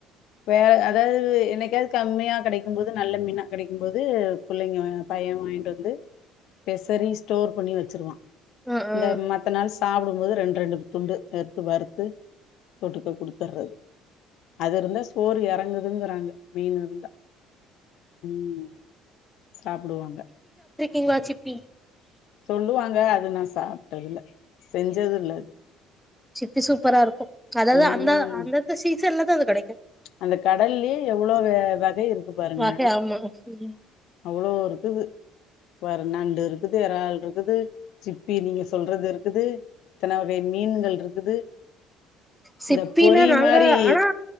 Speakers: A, on the left; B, in the centre.
A: வேற அதாவது என்னைக்காவது கம்மியா கிடைக்கும்போது நல்ல மீன்னா கிடைக்கும்போது பிள்ளைங்க பையனும் வாங்கிட்டு வந்து பெசரி ஸ்டோர் பண்ணி வச்சிருவான்
B: ம்
A: இந்த
B: ம்
A: மத்த நாள் ஸ் சாப்படும்போது ரெண்டு ரெண்டு துண்டு எடுத்து வறுத்து தொட்டுக்க குடுத்துடுறது அது இருந்தா சோறு இறங்குதுங்கிறாங்க மீன் இருந்தா உம் சாப்பிடுவாங்க
B: ங்களாசிப்பி
A: சொல்லுவாங்க அது நா சாப்பிட்டதுல செஞ்சது இல்ல அது
B: சிப்பி சூப்பரா இருக்கும் அதாவது
A: ம்
B: அந்த அந்தந்த சி சன்ல்ல அது கெடைக்
A: அந்த கடல்லயே எவ்வளோ வகை இருக்கு பாருங்க
B: வகை ஆமா ம்
A: அவ்வளோ இருக்குது பாரு நண்டு இருக்குது ஏறள் இருக்குது சிப்பி நீங்க சொல்றது இருக்குது இத்தன வகை மீன்கள் இருக்குது
B: சிப்பினா
A: இந்த பொறி
B: நாங்க
A: மாரி
B: ஆனா